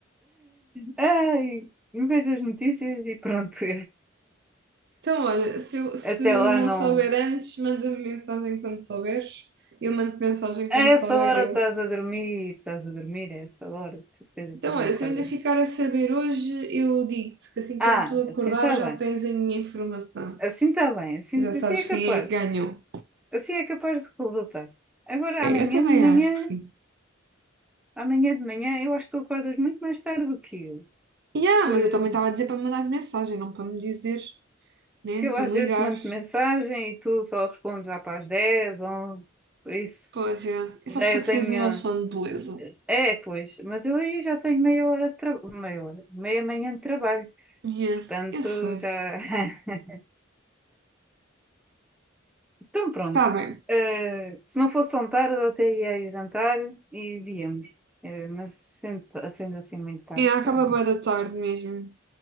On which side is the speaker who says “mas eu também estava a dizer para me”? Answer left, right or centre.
Right